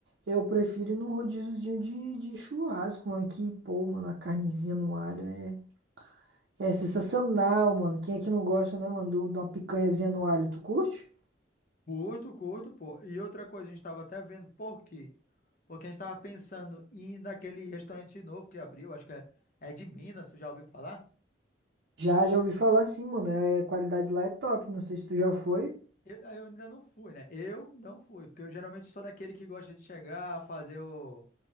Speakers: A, on the right; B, on the left.
A: eu prefiro ir num rodíziozinho de, de churrasco, mano. Que, pô, mano, a carnezinha no alho é, é sensacional, mano. Quem é que não gosta, né, mano, do- de uma picanhazinha no alho? Tu curte?
B: Curto, curto, pô. E outra coisa, a gente estava até vendo por quê? Porque a gente estava pensando em ir naquele restaurante novo que abriu, acho que é, é de Minas, tu já ouviu falar?
A: Já, já ouvi falar assim, mano. É, a qualidade lá é top. Não sei se tu já foi.
B: Eu, eu ainda não fui, né? Eu não fui, porque eu geralmente sou daquele que gosta de chegar, fazer o,